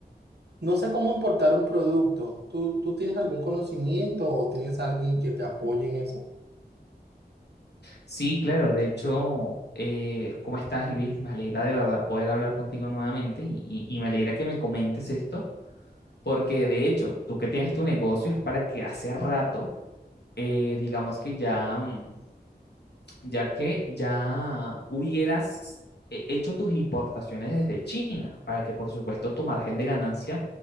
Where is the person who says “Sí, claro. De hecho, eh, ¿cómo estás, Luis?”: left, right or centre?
Left